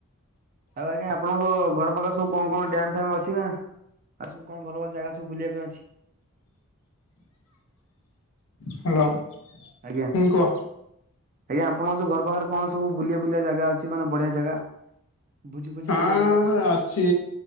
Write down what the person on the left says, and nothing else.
ହ୍ୟାଲୋ
ହୁଁ କୁହ।
ହଁ
ଅଛି